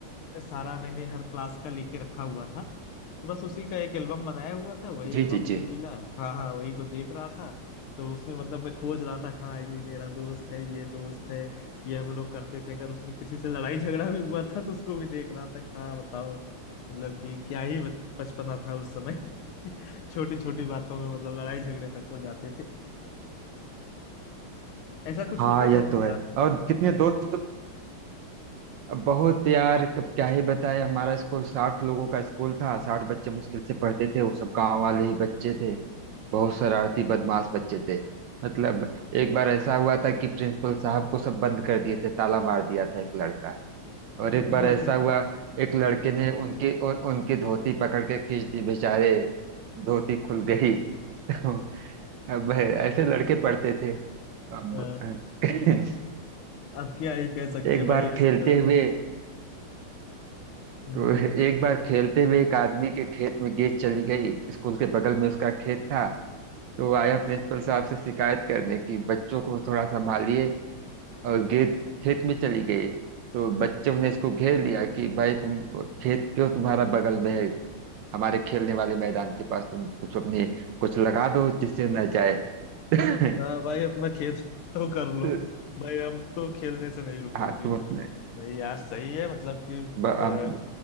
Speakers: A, on the left; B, on the right.
A: सारा मैंने हर क्लास का लेके रखा हुआ था तो बस उसी का एक एल्बम बनाया हुआ था वही
B: जी
A: एल्बम
B: जी
A: अभी
B: जी
A: मिला हाँ हाँ वही को देख रहा था तो उसमें मतलब मैं खोज रहा था कि हाँ ये मेरा दोस्त है ये दोस्त है ये हम लोग करते थे अगर उसमें किसी से लड़ाई झगड़ा भी हुआ था तो उसको भी देख रहा था कि हाँ बताओ मतलब कि क्या ही बच- बचपना था उस समय <laughs> छोटी छोटी बातों में मतलब लड़ाई झगड़े तक हो जाते थे ऐसा कुछ
B: हाँ
A: होता
B: यह
A: था कि नहीं
B: तो है
A: आपके साथ
B: और कितने दोस्त बहुत यार कब क्या ही बताए हमारा स्कूल साठ लोगों का स्कूल था साठ बच्चे मुश्किल से पढ़ते थे वो सब गांव वाले ही बच्चे थे बहुत शरारती बदमाश बच्चे थे मतलब एक बार ऐसा हुआ था कि प्रिंसिपल साहब को सब बंद कर दिए थे ताला मार दिया था एक लड़का और
A: <laughs>
B: एक बार
A: फिर,
B: ऐसा हुआ एक लड़के ने उनकी उन, उनकी धोती पकड़ के खींच दी बेचारे धोती खुल गई <laughs> तो अब ऐसे लड़के पढ़ते थे अब
A: अ,
B: <laughs>
A: अब क्या ही कह सकते
B: एक
A: हैं भाई
B: बार
A: ऐसे
B: खेलते
A: लड़कों
B: हुए
A: हम्म,
B: तो एक बार खेलते हुए एक आदमी के खेत में गेंद चली गई स्कूल के बगल में उसका खेत था तो वो आया प्रिंसिपल साहब से शिकायत करने की बच्चों को थोड़ा संभालिए और गेट खेत में चली गई तो बच्चों ने इसको घेर लिया कि भाई तुम खेत क्यों तुम्हारा बगल में है हमारे खेलने वाले मैदान के पास तुम कुछ अपने कुछ लगा दो जिससे न जाए <laughs> तो,
A: अच्छा भाई अपना खेल <laughs> तो कर लो
B: तो
A: भाई हम तो खेलने से नहीं रुकेंगे
B: हाँ तुम अपने
A: नहीं यार सही है मतलब कि अ,
B: ब- हम